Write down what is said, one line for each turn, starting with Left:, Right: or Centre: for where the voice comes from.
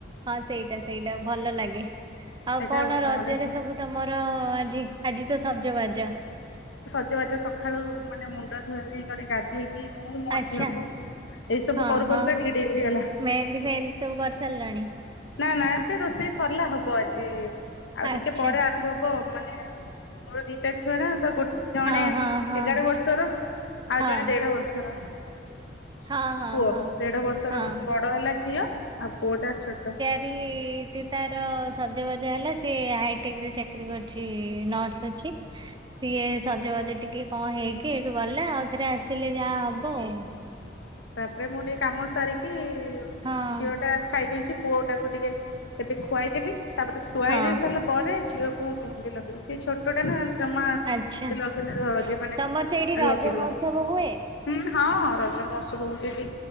Right: ହଁ ସେଇଟା ସେଇଟା ଭଲ ଲାଗେ। ଆଉ
Left: ଏଇଟା
Right: କଣ ରଜରେ
Left: କଅଁଳେ ଶାଗ।
Right: ସବୁ ତମର ଆଜି ଆଜିତ ସଜ ବାଜ
Left: ସଜ ବାଜ ସକାଳୁ ମାନେ ମୁଣ୍ଡ ଧୋଆ ଧୋଇ କରିକି ଗାଧେଇକି ମୁଁ ମୋ
Right: ଆଚ୍ଛା
Left: ଝିଅକୁ ଏଇ ସବୁ
Right: ହଁ
Left: କରୁ
Right: ହଁ
Left: କରୁକା ଟିକେ ଡେରି ହେଲା
Right: ମେହେନ୍ଦୀ ଫେହେନ୍ଦୀ ସବୁ କରିସାରିଲଣି?
Left: ନା ନା ଏବେ ରୋଷେଇ ସରିଲା ହବ ଆଜି ଆଉ
Right: ଆଚ୍ଛା
Left: ଟିକେ ପରେ ଆରମ୍ଭ ହ ବ ମାନେ ମୋର ଦିଟା ଛୁଆନା ତ ଗୋ ଜଣେ
Right: ହଁ ହଁ ହଁ
Left: ଏଗାର ବର୍ଷର ଆଉ
Right: ହଁ
Left: ଜଣେ ଦେଢ ବର୍ଷର
Right: ହଁ ହଁ
Left: ପୁଅ
Right: ହଁ
Left: ଦେଢ ବର୍ଷର
Right: ହଁ
Left: ବଡ଼ ହେଲା ଝିଅ ଆଉ ପୁଅଟା ଛୋଟ।
Right: ସି ସିଏ ତାର ସଜବାଜ ହେଲା ସିଏ ହାଇଟେକରେ ଚାକିରୀ କରିଚି ନର୍ସ ଅଛି ସିଏ ସଜବାଜ ଟିକେ କଁ ହେଇକି ଏଇଠୁ ଗଲା ଆଉ ଥରେ ଆସିଲେ ଯାହା ହବ ଆଉ। <inaudible>
Left: ତାପରେ ମୁଁ ଟିକେ କାମ ସାରିକି
Right: ହଁ
Left: ଝିଅ ା ଖାଇ ଦେଇଚି ପୁଅ ଟାକୁ ଟିକେ ଏବେ ଖୁଆଇଦେବି ତାପରେ ଶୁଆଇ
Right: ହଁ
Left: ଦେଇ ସାରିଲା ପରେ ଝିଅକୁ ମେହେନ୍ଦୀ ଲଗେଇବି ସିଏ ଛୋଟଟାନା ଜମା ମେହେନ୍ଦି
Right: ଆଚ୍ଛା
Left: ଲଗେଇଲେ ଇଏମାନେ
Right: ତମର ସେଇଠି
Left: ଆଉ
Right: ରଜ
Left: ଲଗେଇଦବନି।
Right: ମହୋତ୍ସବ ହୁଏ?
Left: ହୁଁ ହଁ ରଜ ମହୋତ୍ସବ ହଉଚି